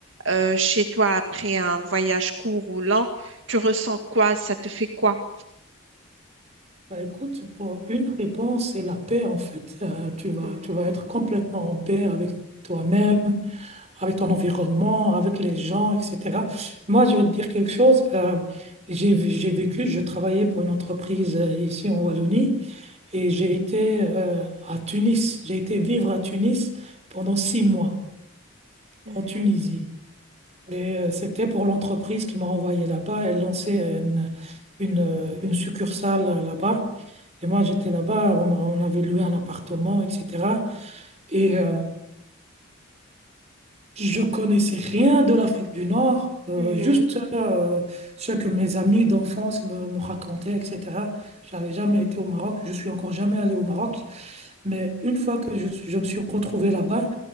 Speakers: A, on the right (about 65°); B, on the right (about 30°).
A: euh, chez toi après un voyage court ou lent, tu ressens quoi? Ça te fait quoi?
B: Bah, écoute, pour une réponse, c'est la paix en fait. Euh, tu vas,
A: Mhm.
B: tu vas être complètement en paix avec toi-même, avec ton environnement, avec les gens, etc. Moi, je vais te dire quelque chose. euh, j'ai, vu- j'ai vécu, je travaillais pour une entreprise euh, ici en Wallonie et j'ai été euh, à Tunis. J'ai été vivre à Tunis pendant six mois
A: Mhm,
B: en Tunisie. Et euh, c'était pour l'entreprise qui m'a envoyé là-bas. Elle lançait une, une, euh, une succursale euh, là-bas. Et moi, j'étais là-bas. On, m'a- on avait loué un appartement, etc. Et euh, je connaissais rien de l'Afrique du Nord. euh,
A: mhm.
B: juste euh, ce que mes amis d'enfance me, me racontaient, etc. J'avais jamais été au Maroc. Je suis encore jamais allé au Maroc. Mais une fois que je, je me suis retrouvé là-bas,